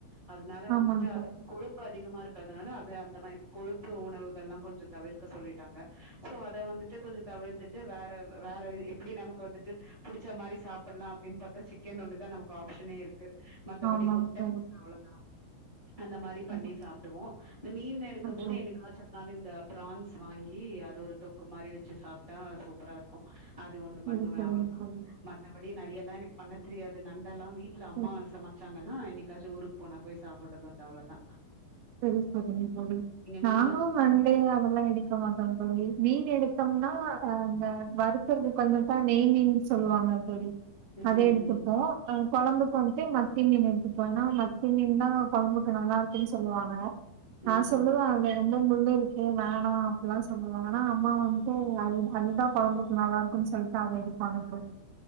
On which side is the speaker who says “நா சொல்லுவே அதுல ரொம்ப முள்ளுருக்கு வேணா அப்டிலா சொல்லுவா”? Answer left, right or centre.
Right